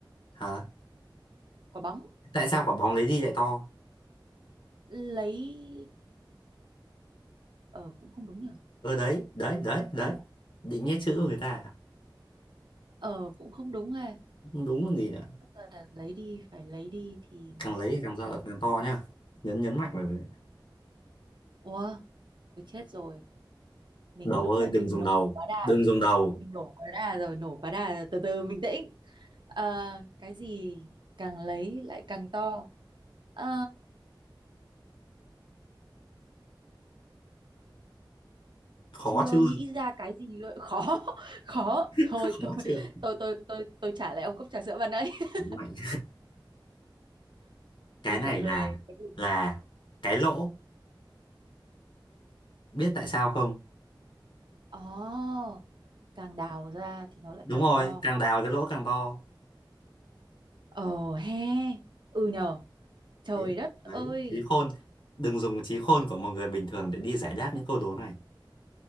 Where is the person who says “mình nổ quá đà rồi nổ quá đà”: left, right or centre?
Right